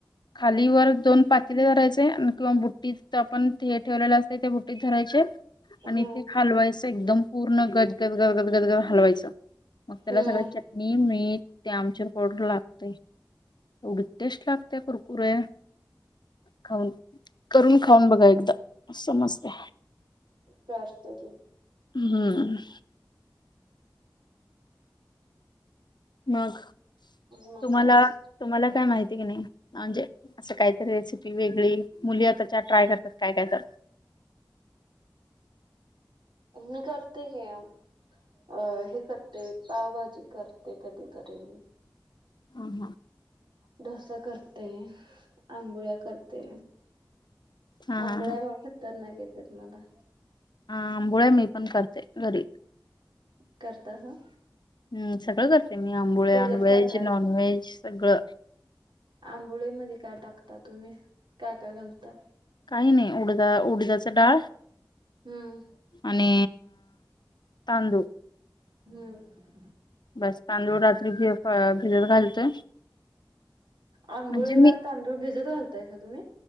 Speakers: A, on the left (about 65°); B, on the right (about 75°).
A: खाली वर दोन पातीले धरायचे किंवा बुट्टीत आपण ठेवलेलं असते ते बुट्टीत धरायचे. आणि
B: हम्म
A: ते हालवायचं एकदम पूर्ण गजगद गजगद गजगद हालवायचं. मग त्याला
B: हम्म
A: सगळ चटणी मीठ. ते आमच्यार पावडर लागतेय एवढी टेस्ट लागते कुरकुर्या. खाऊन करून खाऊन बघा एकदा समजते.
B: करतो की.
A: हम्म. मग.
B: मग
A: तुम्हाला
B: काय नाही
A: तुम्हाला काय माहिती की नाही. म्हणजे असं कायतरी रेसिपी वेगळी मुली आताच्या ट्राय करतात काय काय तर.
B: मी करते की. अ हे करते पावभाजी करते कधीतरी.
A: हम हम.
B: डोसा करते आंबोळ्या करते.
A: हा
B: आंबोळ्या
A: हा हा
B: बघ खतरना घेतात मला.
A: आंबोळे मी पण करते घरी.
B: करर्ता सा.
A: हम् सगळं करते मी आंबोळन
B: त्याच्यात
A: व्हेज
B: काय काय
A: नॉनव्हेज सगळं.
B: आंबोळी मध्ये काय टाकता तुम्ही काय काय घालता.
A: काही नाही उडज उडजाचा डाळ.
B: हम्म
A: आणि तांदूळ
B: हम्म.
A: बस तांदूळ रात्री भि भिजत घालतोय.
B: आंबोळेला
A: म्हणजे मी
B: तांदूळ भिजत घालताय का तुम्ही.